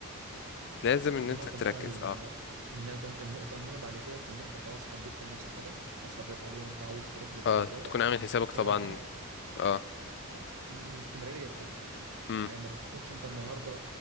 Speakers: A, on the left (about 50°); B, on the right (about 70°).
A: فلازم ان
B: النقطة
A: انت تركز
B: بقى ال-
A: اه
B: النقطة النقطة المهمة بعد كده في إن أنت خلاص حددت لنفسك هدف أصريت عليه وأنت عاوز تروح للهدف
A: اه
B: دوت
A: تكون عامل حسابك طبعا
B: هو إن أنت
A: اه
B: ال- الاستمرارية بتاعته
A: امم
B: يعني ما تكونش أنت النهاردة